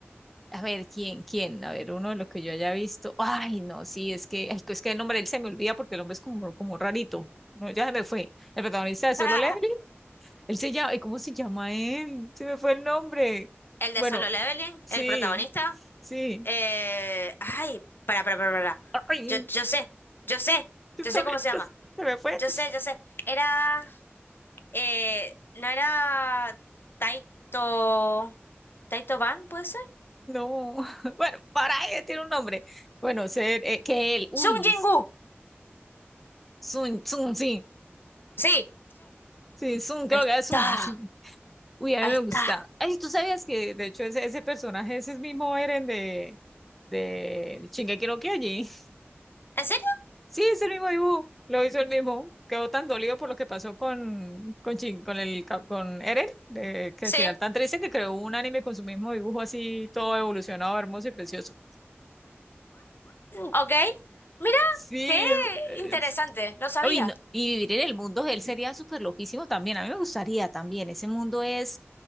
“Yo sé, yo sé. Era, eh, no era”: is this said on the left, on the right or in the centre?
Left